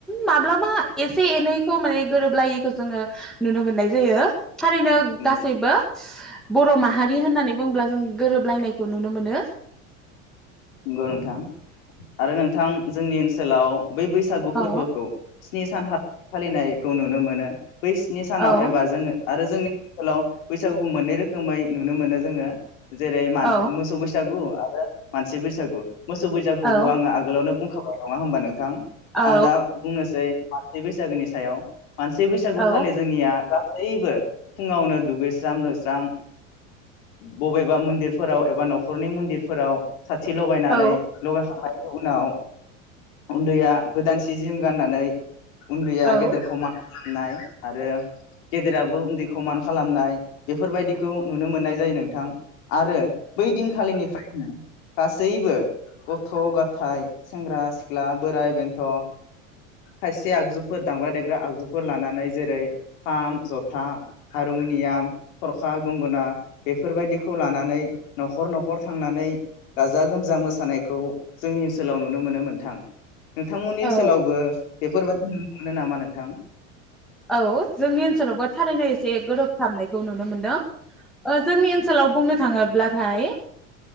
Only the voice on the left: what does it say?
नंगौ
नोंगौ नोंथां। आरो नोंथां जोंनि ओनसोलाव बै बैसागु
फोरबोखौ स्नि सान हाब फालिनायखौ नुनो मोनो बै स्नि सानाव
एबा जोङो आरो जोंनि ओनसोलाव बैसागुखौ मोननै रोखोमै नुनो मोनो जोङो जेरै म
मोसौ बैसागु आरो मानसि बै सागु मोसौ बैसागुखौ
आङो आगोलावनो बुं होखाबाय नङा होनोमबा नोंथां
आं दा बुंनोसै मानसि बैसागोनि सायाव मानसि बैसागु
खालि जोंनिया गासैबो फुङावनो दुगैस्रां-लोबस्रां बबेबा मन्दिरफोराव एबा न'खरनि मन्दिरफोराव <unintelligible> लगायनानै
लगायखांनाय उनाव उन्दैया गोदान सि जोम गाननानै उन्दैया
गेदेरखौ मान होनाय आरो गेदेराबो उन्दैखौ मान खालामनाय बेफोरबायदिखौ नुनो मोननाय जायो नोंथां । आरो बै दिनखालिनिफ्राय ओम गासैबो गथ'-गथाय, सेंग्रा-सिख्ला, बोराइ-बेन्थ' खायसे आगजुफोर दामग्रा-देग्रा आगजुफोर लानानै जेरै खाम, जथा, हारमुनियाम, थरखा, गंगोना बेफोरबायाददिखौ लानानै न'खर न'खर थांनानै गाजा गोमजा मोसानायखौ जोंनि ओनसोलाव नुनो मोनोम नोंथां । नोंथांमोननि
ओनसोलावबो बेफोरबायदि नुनो मोनो नामा नोंथां?